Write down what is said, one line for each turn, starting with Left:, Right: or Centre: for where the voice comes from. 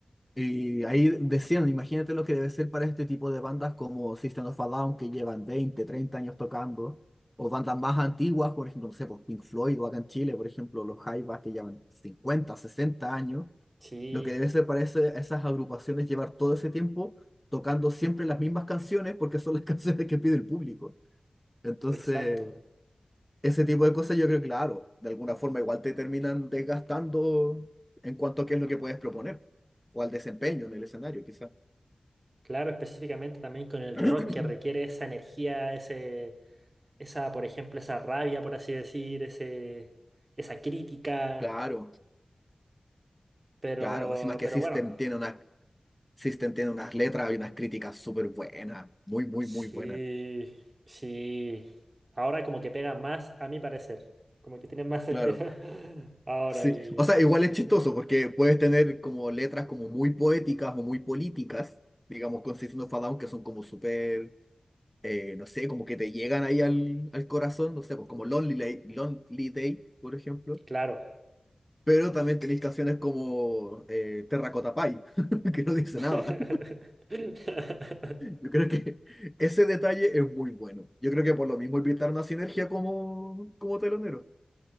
Centre: Y ahí decían, imagínate lo que debe ser para este tipo de bandas como System of a Down, que llevan 20 30 años tocando, o bandas más antiguas, por ejemplo, no sé, por Pink Floyd o acá en Chile, por ejemplo, los Jaivas que llevan 50 60 años,
Right: Sí,
Centre: lo que debe ser para ese- esas agrupaciones llevar todo ese tiempo tocando siempre las mismas canciones porque son las <laughs> canciones que pide el público. Entonces,
Right: exacto.
Centre: ese tipo de cosas yo creo que, claro, de alguna forma igual te terminan desgastando en cuanto a qué es lo que puedes proponer o al desempeño en el escenario, quizás.
Right: Claro, específicamente también con el
Centre: <clears throat>
Right: rock que requiere esa energía, ese, esa, por ejemplo, esa rabia, por así decir, ese, esa crítica.
Centre: Claro,
Right: Pero,
Centre: claro. Encima que
Right: pero
Centre: System
Right: bueno,
Centre: tiene una, System tiene unas letras y unas críticas súper buenas. Muy, muy,
Right: sí,
Centre: muy buenas.
Right: sí. Ahora como que pega más, a mi parecer. Como que tiene más sentido
Centre: Claro,
Right: <laughs> ahora
Centre: sí.
Right: y...
Centre: O sea, igual es
Right: <laughs>
Centre: chistoso porque puedes tener como letras como muy poéticas o muy políticas, digamos, con System of a Down, que son como súper, eh, no sé, como que te llegan ahí al, al corazón, no sé, pues como Lonely Day, Lonely Day, por ejemplo.
Right: Claro.
Centre: Pero también tenéis canciones como eh, Terracotta Pie, <laughs> que no dice
Right: <laughs>
Centre: nada. Yo creo que <laughs> ese detalle es muy bueno. Yo creo que por lo mismo invitaron a Sinergia como, como telonero.